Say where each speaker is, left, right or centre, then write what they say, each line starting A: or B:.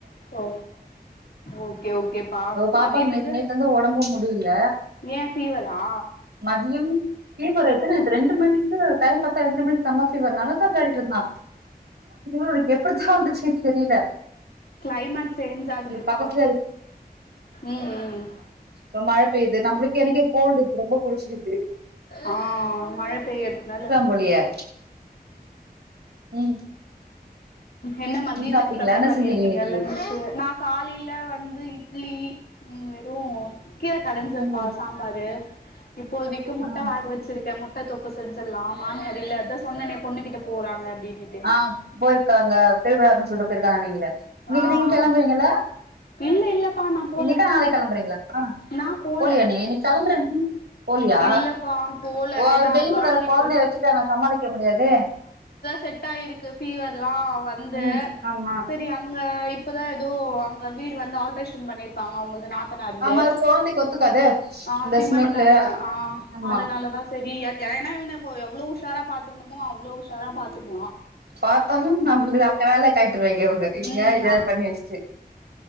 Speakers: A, on the left (about 70°); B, on the right (about 85°).
A: ஒ ஓகே ஓகேப்பா
B: பாப்பாக்கு
A: மதியத்துக்கு
B: நேத்து நைட்டு ஒடம்பு முடியில
A: ஏ ஃபீவரா
B: மதியம் ஃபீவர் எதுன் இது ரெண்டு மணிக்கு டைம் பாத்தா ரெண்டு மணிக்கு செம்மா ஃபீவர் நல்லாதா விளையாடிட் இருந்தா உனுக் எப்புடித்தா வந்துச்சு தெரிய்ல
A: க்ளைமேக் சேஞ்ச் ஆகுதுப்பா
B: பக்கத்துல
A: ம்
B: ஒ மழ பேய்து நம்ப்ளுக்கு எனக்கே கோல்டு ரொம்ப புடிச்சிக்கிது
A: ஆ மழ பெய்யற்துனால
B: போலயே ம்
A: என்ன மத்தியத்துக்கு
B: நீங்க சாப்ட்டீங்களா
A: ப்ரெப்பர்
B: என்ன
A: பண்ணிருக்கீங்க
B: செஞ்சீங்க இன்னைக்கி
A: லன்ச்சு நா காலையில வந்து இட்லி ம் து கீர கடஞ்சப்பா
B: ம்
A: சாம்பாரு இப்போதிக்கு முட்ட
B: ஆ
A: வேக வச்சிருக்கே முட்ட தொக்கு செஞ்சற்லா மாமியார் இல்ல அதா சொன்னனே பொண்ணுகிட்ட போறாங்க அப்டினுட்டு
B: ஆ போயிருக்காங்க பெருவிழான்னு சொல்ட்டு போயிருக்காங்கனீங்களே இன்னக்கி
A: ஆ
B: நீங்க கெளம்புறீங்கள
A: இல்ல இல்லப்பா நா போல
B: இன்னைக்கா நாளைக் கெளம்புறீங்களா
A: நா போல
B: போலியா நீ இன்ன கெளம்புற நீ போலியா
A: இல்லப்பா போல
B: ஓ
A: ஏன்னா
B: வெயிலு
A: கொழந்தைக்கு
B: வேற கொழந்தைய வெச்சிட்டு அங்க சமாளிக் க்கெ முடியாதே
A: செட்டாயிருக்கு ஃபீவ லா வந்து
B: ம் ஆமா
A: செரி அங்க இப்பதா ஏதோ அங்க வீடு வந் ஆல்ட்ரேஷன் பண்ணிருக் தா அவ்குள்து நாத்தனாருது
B: ஆமா அது கொழந்தைக்கு ஒத்துக்காதே
A: ஆ
B: அந்த
A: சிமண்டல்லா
B: ஸ்மெல்லு
A: ஆ
B: ஆமா
A: அதனாலதா சரி என் ப்ளூ ஷாரா பாத்துக்ணுமோ அவ்ளோ உஷாரா பாத்துக்மா
B: பாத்தாலு நம்ளு அக்க வேல காய்ட்ருவீங்க இவுங்க எங்கயா
A: ம்
B: எத்யாவ்து பண்ணி வச்ட்டு